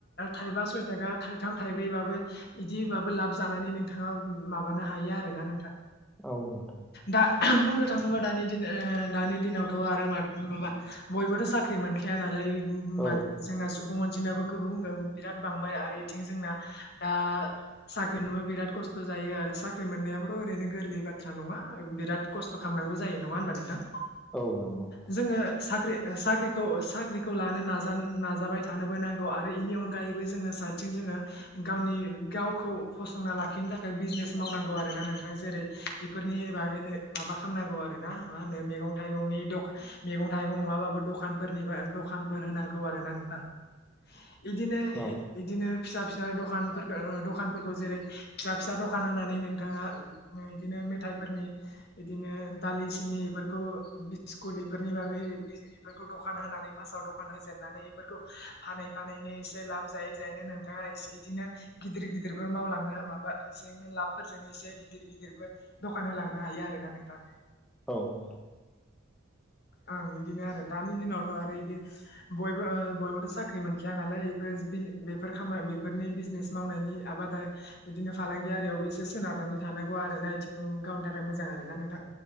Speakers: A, on the left (about 60°); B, in the centre.
A: थाइबा सयथाखा थाइथाम थाइब्रैबाबो इदिबाबो लाब जानानै नोंथाङा
B: औ नोंथां
A: दा बुंनो थाङोबा दानि दिन ओ दानि दिनावथ' आरो माबा बयबोथ' साख्रि मोनखाया नालाय <inaudible>
B: औ
A: जोंना सुबुं अनजिमायाबो गुबुं बिराद बांबाय आरो बिथिं जोंना दा साख्रिनोबो बिराद खस्थ' जायो आरो साख्रि मोननायाबोथ' ओरैनो गोरलैब बाथ्रा नङा बिराद खस्थ' खालामनांगौ जायो नङा होनबा नोंथां
B: औ नंगौ नोंथां
A: जोङो साख्रि साख्रिखौ साख्रिखौ लानो नाजा नाजाबाय थानोबो नांगौ आरो इनि अनगायैबो जोङो स थिं जोङो गावनि गावखौ फसंना लाखिनो थाखाय बिजनेस मावनांगौ आरोना नोंथां जेरै बेफोरनि बागैनो माबा खालामनांगौ आरो ना मा होनो मैगं थाइगंनि दखान मैगं थाइगं नङा माबाबो दखाफोरनि दखानफोर होनांगौ आरोना नोंथां बिदिनो
B: नोंथां
A: बिदिनो फिसा फिसा दखान दखानफोरखौ जेरै फिसा फिसा दखान होनानै नोंथाङा बिदिनो मेथाइफोरनि बिदिनो दालि सिनि बेफोरखौ बिस्कुट बेफोरनि बागै बेफोरखौ दखान होनानै फासाव दखान होजेननानै बेफोरखौ फानै फानैनो एसे लाब जायो नो नोंथाङा इदिनो गिदिर गिदिरबो मावलांनो माबा बेजोंनो लाबफोरजों एसे गिदिर गिदिर गिदिरबो दखान होलांनो हायो आरो ना नोंथां
B: औ नों
A: औ ओं इदिनो आरो दानि दिनावथ' आरो बिदि बयबो बयबोथ' साख्रि मोनखाया नालाय बेफोर बेफोर खामानि बेफोरनि बिजनेस मावनायनि आबादा बिदिनो फालांगियियावबो एसे सोनारनानै थानांगौ आरो ना आथिं गावनि थाखाय मोजां आरो ना नोंथां